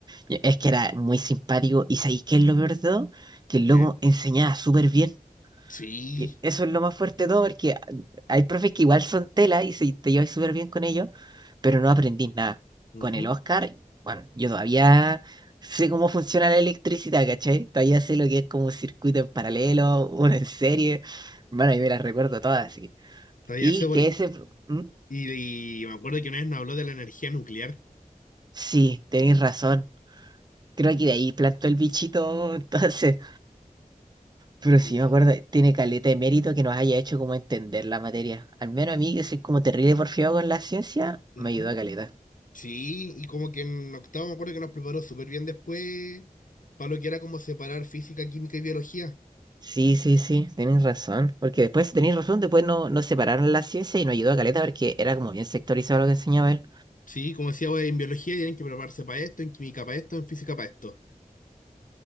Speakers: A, on the right (about 30°); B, on the left (about 65°).
A: Y Es que era muy simpático. ¿Y sabéis qué es lo peor de todo? Que el
B: ¿Qué?
A: loco enseñaba súper bien.
B: Sí.
A: Y eso es lo más fuerte de todo, porque hay profes que igual son tela y si te llevas súper bien con ellos, pero no aprendí nada.
B: Ujú.
A: Con el Oscar, bueno, yo todavía sé cómo funciona la electricidad, ¿cachai? Todavía sé lo que es como un circuito en paralelo, <laughs> uno en serie. Bueno, yo me las recuerdo todas, así.
B: Todavía
A: Y
B: se,
A: que ese... ¿Mm?
B: Y, y me acuerdo que una vez nos habló de la energía nuclear.
A: Sí, tenéis razón. Creo que de ahí plantó el bichito, <laughs> entonces. Pero sí
B: L-
A: me acuerdo, tiene caleta de mérito que nos haya hecho como entender la materia. Al menos a mí, que soy como terrible porfiado con la ciencia,
B: ujú.
A: me ayudó a caleta.
B: Sí, y como que en octavo me acuerdo que nos preparó súper bien después para lo que era como separar física, química y biología.
A: Sí, sí, sí, tenés razón. Porque después, tenés razón, después no, no separaron la ciencia y nos ayudó a caleta porque era como bien sectorizado lo que enseñaba él.
B: Sí, como decía, wey, en biología tienen que prepararse para esto, en química para esto, en física para esto.